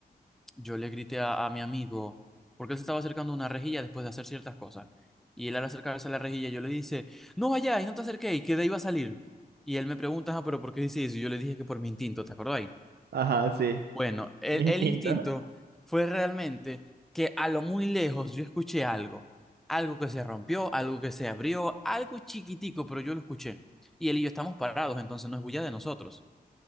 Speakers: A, in the centre; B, on the right.
A: yo le grité a, a mi amigo porque él se estaba acercando a una rejilla después de hacer ciertas cosas. Y él al acercarse a la rejilla yo le dice, no vayáis, no te acerquéis, que de ahí va a salir. Y él me pregunta, ah, pero ¿por qué dice eso? Y yo le dije que por mi instinto, ¿te acordáis?
B: Ajá, sí.
A: Bueno, el,
B: mi Distinto.
A: el instinto fue realmente que a lo muy lejos yo escuché algo, algo que se rompió, algo que se abrió, algo chiquitico, pero yo lo escuché. Y él y yo estamos parados, entonces no es bulla de nosotros.